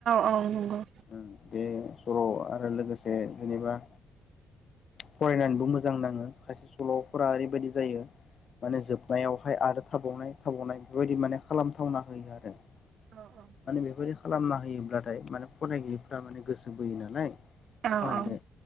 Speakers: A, on the right; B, on the left.
A: औ नंगौ
B: उम बे सल' आरो लोगोसे जेनेबा फरायनानैबो मोजां नाङो खायसे सल'फोरा ओरैबायदि जायो। माने जोबनायावहाय आरो थाबावनाय थाबावनाय बेफोरबायदि माने खालामथावना होयो आरो।
A: औ औ।
B: माने बेबायदि खालामना होयोब्लाथाय माने फरायगिरिफ्रा माने गोसो बोयो नालाय।
A: औ
B: फरायनो
A: औ